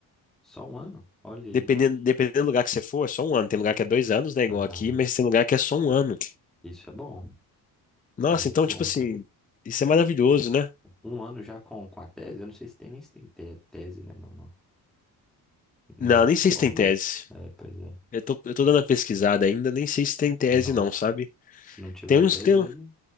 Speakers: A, in the centre; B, on the left.
A: Só um ano? Olha aí.
B: Dependendo, dependendo do lugar que você for, é só um ano. Tem lugar que é dois anos, né? Igual
A: Aham.
B: aqui, mas tem lugar que é só um ano.
A: Isso é bom.
B: Nossa,
A: Isso é muito
B: então,
A: bom,
B: tipo assim,
A: pô.
B: isso é maravilhoso, né?
A: um ano já com, com a tese, eu não sei se tem nem se tem te- tese, né? Não, não. Em
B: Não,
A: outros
B: nem sei
A: formatos.
B: se tem tese.
A: É, pois é.
B: Eu tô, eu tô dando a pesquisada ainda, nem sei se tem tese
A: Nossa.
B: não, sabe?
A: Se não tiver
B: Tem
A: tese,
B: uns que tem,
A: aí,